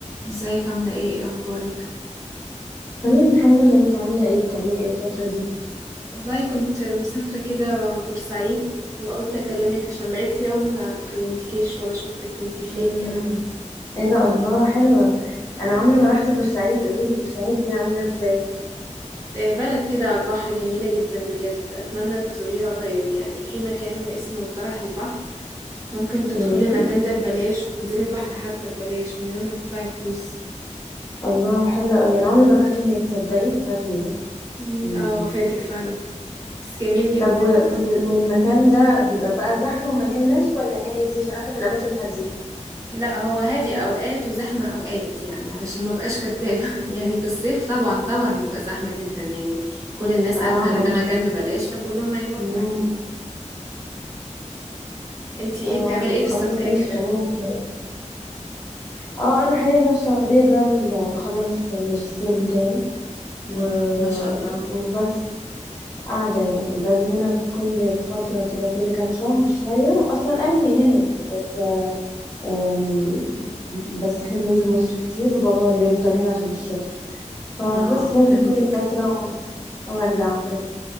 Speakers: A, on the right; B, on the left.
A: ازيك عاملة ايه ايه اخبارك
B: تمام الحمد لله انت عامله ايه بتعملي ايه الفتره دي
A: والله كنت مسافرة كده بورسعيد وقلت اكلمك عشان بقالي كتير قوي ما كلمتكيش ولا شفتك كنتي
B: مم.
A: فين كده
B: ايه ده الله حلوه انا عمري ما رحت بورسعيد قولي لي بورسعيد دي عامله ازاي
A: آه، بلد كده على البحر جميلة جدا بجد اتمنى تزوريها قريب يعني في مكان اسمه طرح البحر ممكن تدخلي
B: مم.
A: المكان ده ببلاش وتنزلي البحر حتى ببلاش من غير ما تدفعي فلوس
B: الله حلو قوي انا عمري ما رحت هناك تصدقي فاتني ده
A: مم،
B: مم.
A: اه فاتك فعلا بس جميل جدا
B: طب و... وال- والمكان ده بيبقى بقى زحمه ومليان ناس ولا هادي عشان انا بحب الاماكن الهاديه
A: لا هو هادي اوقات وزحمه اوقات يعني علشان ما بقاش كدابه <laughs> يعني في الصيف طبعا طبعا بيبقى زحمه جدا يعني كل الناس
B: اه
A: عارفه ان ده مكان ببلاش فكلهم هيروحوا
B: مم.
A: اكيد انتي ايه
B: اه
A: بتعملي ايه في
B: خلاص
A: السعوديه
B: ماشي
A: كده
B: خلينا في اه انا حاليا بقى في السعوديه بعمل بخلص الماجستير بتاعي و...
A: أمم، ما شاء الله
B: وبس قاعدة يعني باجي هنا كل فترة كده كل كام شهر شوية أصلا أهلي هنا يعني بس أم، بس احنا بننزل مصر كتير وبابا هو اللي بيفضل هنا عشان الشغل فبس
A: اه
B: باجي
A: فهمتك
B: كل فترة و- وارجع وكده